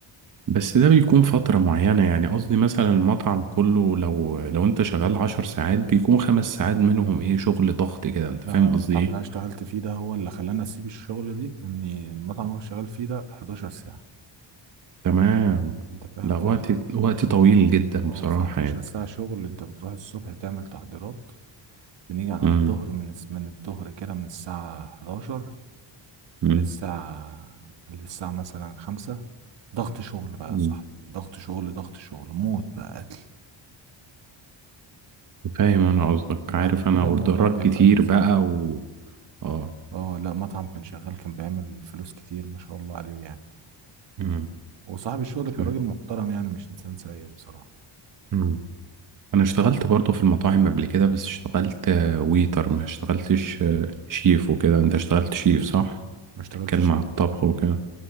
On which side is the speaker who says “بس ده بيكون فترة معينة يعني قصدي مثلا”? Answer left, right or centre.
Right